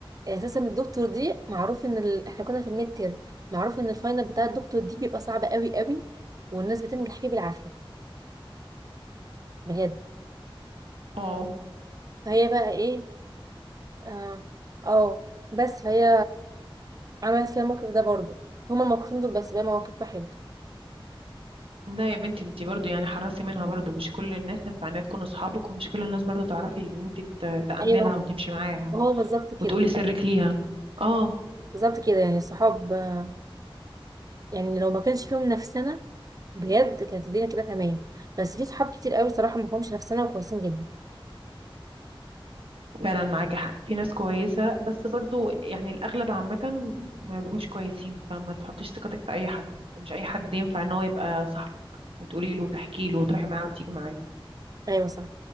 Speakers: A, on the right; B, on the right.
A: يعني اساسا الدكتور دي معروف ان ال... احنا كنا في الميد تيرم معروف ان الفاينل بتاع الدكتور دي بيبقى صعب قوي قوي والناس بتنجح فيه بالعافيه بجد
B: اه
A: فهي بقى ايه اه آه، بس فهي عملت فيها الموقف ده برضه هما الموقفين دول بس بقى مواقف واحد
B: لا يا بنتي انتي برضو يعني حرصي منها برضو مش كل الناس تنفع انها تكون اصحابك ومش كل الناس برضو تعرفي ان انتي ت- تأمني
A: ايوه
B: لها وتمشي معاها
A: هو بالظبط كده
B: وتقولي سرك ليها اه
A: بالظبط كده يعني الصحاب آه، يعني لو ما كانش فيهم نفسنا بجد كانت الدنيا تبقى تمام بس في صحاب كتير قوي صراحه ما فيهمش نفسنا وكويسين جدا
B: فعلا معاكي حق في ناس كويسة بس برضو يعني الأغلب عامة ما بيبقوش كويسين فما تحطيش ثقتك في أي حد ومش أي حد ينفع ان هو يبقى صاحبك وتقولي له وتحكي له وتروحي معاه وتيجي معاه
A: ايوه صح